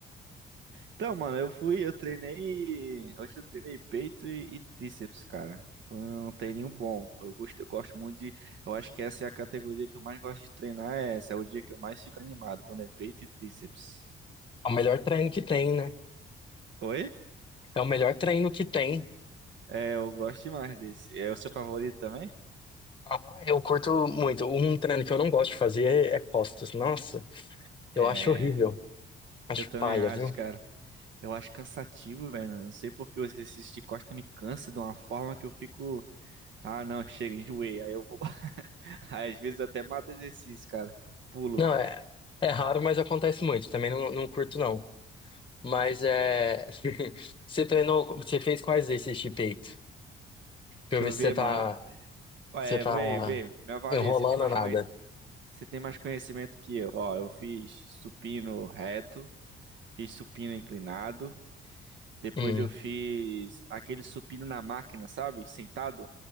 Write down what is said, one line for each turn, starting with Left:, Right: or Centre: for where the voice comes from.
Right: Então, mano, eu fui, eu treinei. Hoje eu treinei peito e, e tríceps, cara. Foi um treininho bom. Eu gosto, eu gosto muito de. Eu acho que essa é a categoria que eu mais gosto de treinar. É essa, é o dia que eu mais fico animado, quando é peito e tríceps.
Left: É o melhor treino que tem, né?
Right: Oi?
Left: É o melhor treino que tem.
Right: É, eu gosto demais desse. É o seu favorito também?
Left: Aham, eu curto muito. Um treino que eu não gosto de fazer é costas. Nossa, eu
Right: É,
Left: acho horrível. Acho
Right: eu também
Left: paia,
Right: acho,
Left: viu?
Right: cara. Eu acho cansativo, velho. Não sei porque o exercício de costa me cansa de uma forma que eu fico. Ah, não, chega, enjoei. Aí eu vou. <laughs> Aí, às vezes eu até mato exercício, cara. Pulo.
Left: Não, é, é raro, mas acontece muito. Também não, não curto, não. Mas é. <laughs> Você treinou. Você fez quais exercícios de peito? Pra
Right: Deixa
Left: eu ver
Right: eu
Left: se
Right: ver,
Left: você tá.
Right: mano. É,
Left: Você tá
Right: vê, vê. Me avalia.
Left: enrolando
Right: Você tem mais
Left: ou nada.
Right: conhe... Você tem mais conhecimento que eu. Ó, eu fiz supino reto, fiz supino inclinado. Depois
Left: Hum,
Right: eu fiz aquele supino na máquina, sabe? Sentado,